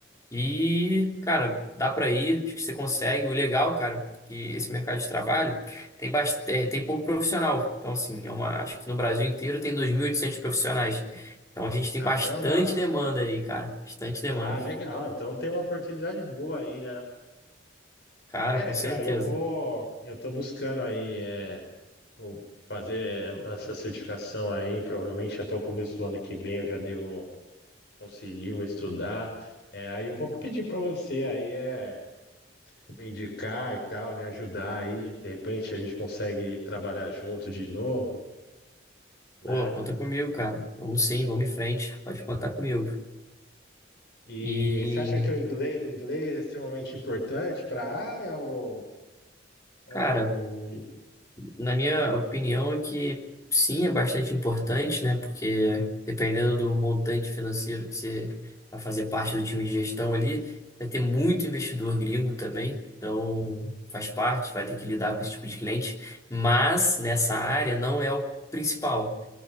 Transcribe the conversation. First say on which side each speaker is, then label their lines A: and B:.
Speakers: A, on the left; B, on the left.
A: E, cara, dá pra ir, acho que você consegue. O legal, cara, que esse mercado de trabalho tem bastante, tem pouco profissional. Então, assim, é uma, acho que no Brasil inteiro tem 2.800 profissionais. Então a gente tem
B: Caramba!
A: bastante demanda aí, cara, bastante demanda.
B: Ah, legal. Então tem uma oportunidade boa aí, né?
A: Cara,
B: É,
A: com
B: cara,
A: certeza.
B: eu vou. Eu tô buscando aí é, o- fazer essa certificação aí, provavelmente até o começo do ano que vem eu já devo conseguir, vou estudar. É, aí eu vou pedir para você aí é me indicar e tal, me ajudar aí. De repente a gente consegue trabalhar junto de novo, né?
A: Pô, conta comigo, cara. Vamos sim, vamos em frente. Pode contar comigo.
B: E
A: E,
B: você acha que o inglês, o inglês é extremamente importante para a área ou, ou
A: cara, na minha opinião, é que sim, é bastante importante, né? Porque dependendo do montante financeiro que você vai fazer parte do time de gestão ali, vai ter muito investidor gringo também. Então, faz parte, vai ter que lidar com esse tipo de cliente. Mas nessa área não é o principal.